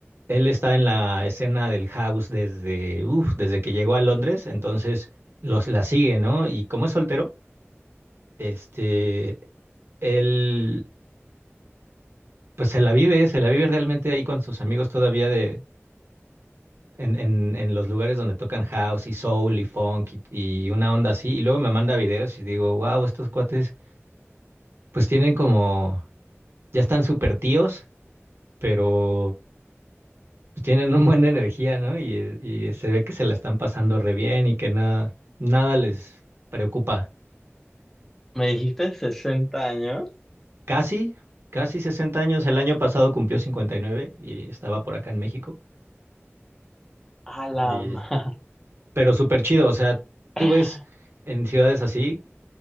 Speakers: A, on the right; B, in the centre.
A: Él está en la escena del house desde, uf, desde que llegó a Londres, entonces los, la sigue, ¿no? Y como es soltero, este, él, pues se la vive, se la vive realmente ahí con sus amigos todavía de, en, en, en los lugares donde tocan house y soul y funk y, y una onda así. Y luego me manda videos y digo, wow, estos cuates, pues tienen como, ya están súper tíos, pero pues, tienen un buena energía, ¿no? Y, y se ve que se la están pasando re bien y que nada, nada les preocupa.
B: ¿Me dijiste sesenta años?
A: Casi, casi 60 años. El año pasado cumplió 59 y nueve y estaba por acá en México.
B: A
A: Y
B: la madre.
A: Pero súper chido, o sea, tú
B: <laughs>
A: ves en ciudades así,